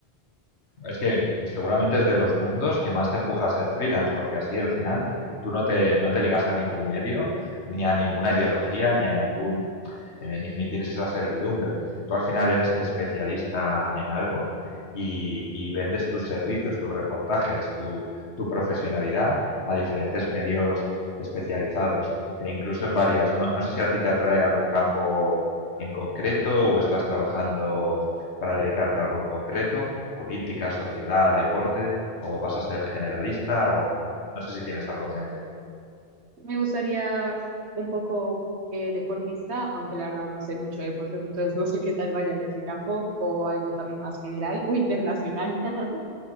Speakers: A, on the left; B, on the right.
A: Es que seguramente es de los mundos que más te empuja a ser freelance, porque así al final tú no te, no te ligas a ningún medio, ni a ninguna ideología, ni a ningún, eh, ni, ni tienes esa servidumbre. Tú al final eres especialista en algo y, y vendes tus servicios, tus reportajes, tu, tu profesionalidad a diferentes medios especializados e incluso en varias. No, no sé si a ti te atrae algún campo en concreto o estás trabajando para dedicarte a algo en concreto política, sociedad, deporte, o vas a ser generalista, o no sé si tienes algo en mente.
B: Me gustaría un poco eh, deportista, aunque la verdad no sé mucho de deportes, entonces no sé qué tal vaya en ese campo o algo también más general o internacional. <laughs>